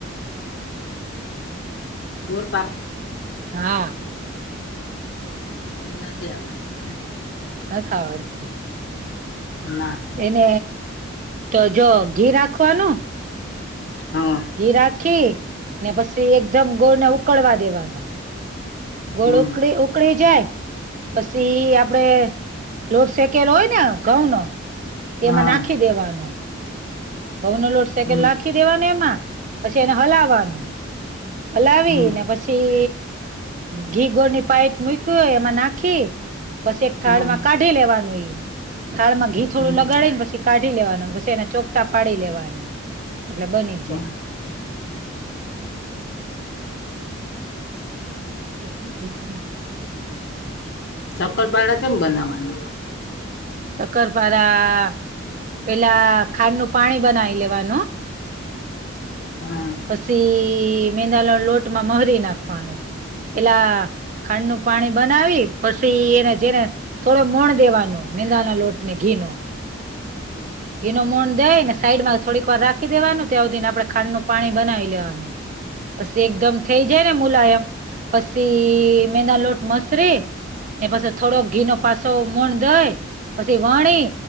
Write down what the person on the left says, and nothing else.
ગોરપાપ
એ નથી આવડતી,
ના
હા
હમ
હા
હમ
હમ
હમ
હમ
હમ
ચક્કલપાડા કેમ બનાવવાના
હમ
હમ